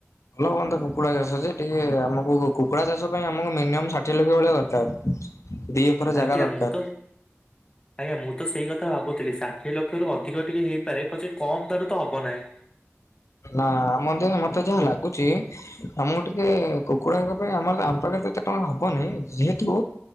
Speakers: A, on the left; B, on the left.
A: ଭଲ ହୁଅନ୍ତା କୁକୁଡା ଚାଷ ଯେ। ଟିକେ ଆମକୁ କୁକୁଡ଼ା ଚାଷ ପାଇଁ ଆମକୁ ମିନିମମ୍ ଷାଠିଏ ଲକ୍ଷ ଭଳିଆ ଦରକାର। ଦି ଏକର ଜାଗା
B: ଆଜ୍ଞା
A: ଦରକାର
B: ମୁଁ ତ ଆଜ୍ଞା ମୁଁ ତ ସେଇ କଥା ଭାବୁଥିଲି। ଷାଠିଏ ଲକ୍ଷରୁ ଅଧିକ ଟିକେ ହେଇପାରେ ପଛେ କମ ଠାରୁ ତ ହବ ନାହିଁ।
A: ନା ଆମ ର ଯୋଉ ମତେ ଯାହା ଲାଗୁଚି ଆମକୁ ଟିକେ କୁକୁଡାଙ୍କ ପାଇଁ ଆମର ଆମ ପାଖରେ ଏତେ ଟଙ୍କା ହବନି ଯେହେତୁ